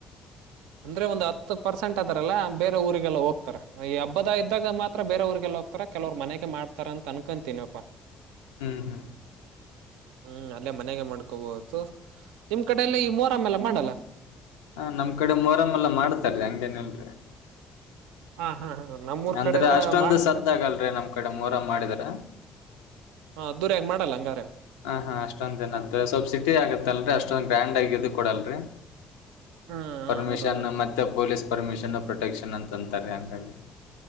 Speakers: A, on the right (about 75°); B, on the left (about 80°).
A: ಅಂದ್ರೆ ಒಂದ್ ಹತ್ತು ಪರ್ಸೆಂಟ್ ಅದ್ರಲ್ಲ ಬೇರೆ ಊರಿಗೆಲ್ಲ ಹೋಗ್ತಾರ ಈ ಹಬ್ಬದ ಇದ್ದಾಗ ಮಾತ್ರ ಬೇರೆ ಊರಿಗೆಲ್ಲ ಹೋಗ್ತಾರ ಕೆಲವರು ಮನೆಗೆ ಮಾಡ್ತಾರ ಅಂತ ಅನ್ಕೊತೀನಿಪ್ಪ.
B: ಹ್ಮ್ ಹ್ಮ್
A: ಹ್ಮ್ ಅಲ್ಲೇ ಮನೆಗೆ ಮಾಡ್ಕೋಬೋದು ನಿಮ್ ಕಡಲ್ಲ ಈ ಮೂರಮ್ಮ ಎಲ್ಲ ಮಾಡಲ್ಲ
B: ಹ ನಮ್ ಕಡೆ ಮೊರಮ್ಮ ಎಲ್ಲ ಮಾಡ್ತಾರೀ ಹಂಗೇನಲ್ರರಿ
A: ಹಾ ಹಾ ಹಾ ನಮ್ಮೂರ್
B: ಅಂದ್ರೆ
A: ಕಡೆ ಎಲ್ಲಾ
B: ಅಷ್ಟೊಂದು
A: ಮಾಡ್ತಾರೆ
B: ಸದ್ದಗಲ್ರಿರಿ ನಮ್ ಕಡೆ ಮೂರ ಮಾಡಿದ್ರ
A: ಹ ಅದ್ದೂರಿಯಾಗಿ ಮಾಡಲ್ಲ ಹಂಗಾರೆ
B: ಹ ಹಾ ಅಷ್ಟೊಂದ್ ಜನದ ಸ್ವಲ್ಪ ಸಿಟಿ ಆಗತ್ತಲ್ರಿ ಅಷ್ಟೊ್ ಗ್ರ್ಯಾಂಡ್ ಆಗ ಇ ಕೊಡಲ್ರರಿ
A: ಹಾ ಹಾ
B: ಪರ್ಮಿಷನ್
A: ಹೌದೌದು
B: ಮತ್ತೆ ಪೊಲೀಸ್ ಪರ್ಮಿಷನ್ ಪ್ರೊಟೆಕ್ಷನ್ ಅಂತ ತಂತರಕಿಗೆ